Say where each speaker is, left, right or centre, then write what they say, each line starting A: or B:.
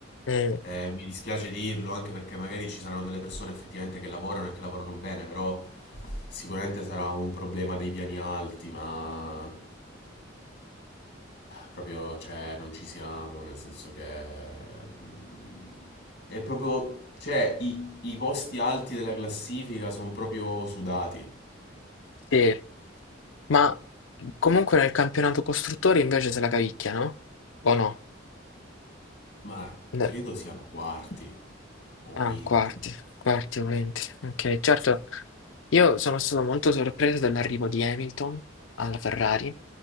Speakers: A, on the left; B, on the left.
A: Mm,
B: Eh, mi dispiace dirlo anche perché magari ci saranno delle persone effettivamente che lavorano e che lavorano bene, però sicuramente sarà un problema dei piani alti, ma proprio cioè, non ci siamo, nel senso che mm, è proprio, cioè i, i posti alti della classifica sono proprio sudati.
A: sì. Ma comunque nel campionato costruttori invece se la cavicchia, no? O no?
B: Ma
A: Ne-
B: credo siano quarti o quinti.
A: Ah, quarti, quarti o venti. Ok, certo, Io sono stato molto sorpreso dall'arrivo di Hamilton alla Ferrari,